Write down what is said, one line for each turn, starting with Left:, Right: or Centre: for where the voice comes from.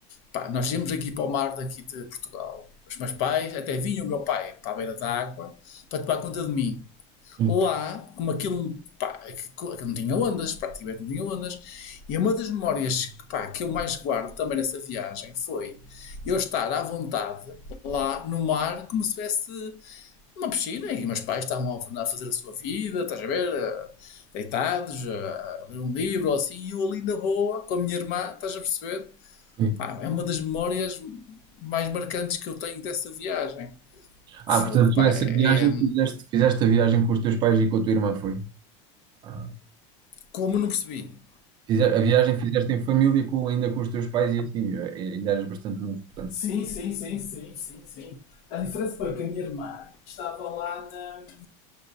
Left: Pá, nós íamos aqui para o mar daqui de Portugal. Os meus pais, até vinha o meu pai para a beira da água para tomar conta de mim.
Right: Sim,
Left: Lá, como aquilo, pá, aquilo não tinha ondas, praticamente não tinha ondas, e uma das memórias que, pá, que eu mais guardo também nessa viagem foi eu estar à vontade lá no mar como se tivesse uma piscina e meus pais estavam a fazer a sua vida, estás a ver, eh, deitados, a ler um livro ou assim, e eu ali na boa com a minha irmã, estás a perceber?
Right: sim.
Left: Pá, é uma das memórias mais marcantes que eu tenho dessa viagem.
Right: Ah,
Left: Fogo,
Right: portanto,
Left: pá,
Right: tu essa
Left: é,
Right: viagem
Left: é-
Right: fizeste, fizeste a viagem com os teus pais e com a tua irmã, foi? Ah,
Left: Como não percebi?
Right: fize- a viagem fizeste em família, com, ainda com os teus pais e assim, eh, ainda eras bastante novo, portanto.
Left: Sim, sim, sim, sim, sim, sim. A diferença foi que a minha irmã estava lá na.